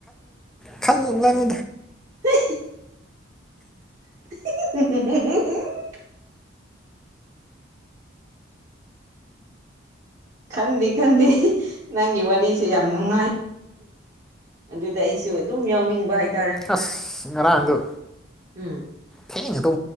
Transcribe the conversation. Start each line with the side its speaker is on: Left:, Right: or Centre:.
Centre: ꯈꯗ
Right: ꯍ ꯑꯗꯥ ꯈꯟꯗꯤꯦ ꯈꯟꯗꯤꯦ ꯅꯪꯒꯤ ꯋꯥꯔꯤꯁꯦ ꯌꯥꯝ ꯅꯨꯡꯉꯥꯏ ꯑꯗꯨꯗ ꯑꯩꯁꯨ ꯑꯗꯨꯝ ꯌꯥꯎꯅꯤꯡꯕ ꯍꯥꯏꯇꯥꯦ
Centre: ꯑꯁ ꯔꯥꯡꯒ
Right: ꯎꯝ
Centre: ꯊꯦꯡꯅ ꯇꯣ